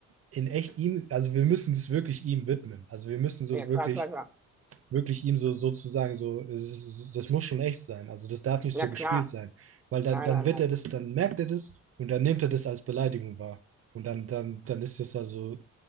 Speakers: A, on the right; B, in the centre.
A: in echt ihm, also wir müssen das wirklich ihm widmen. Also wir müssen so
B: Ja, klar,
A: wirklich,
B: klar, klar.
A: wirklich ihm so sozusagen so, es ist- das muss schon echt sein. Also das darf nicht
B: Ja,
A: so
B: klar.
A: gespielt sein. Weil dann,
B: Nein,
A: dann
B: nein,
A: wird
B: nein.
A: er das, dann merkt er das und dann nimmt er das als Beleidigung wahr. Und dann, dann, dann ist es also,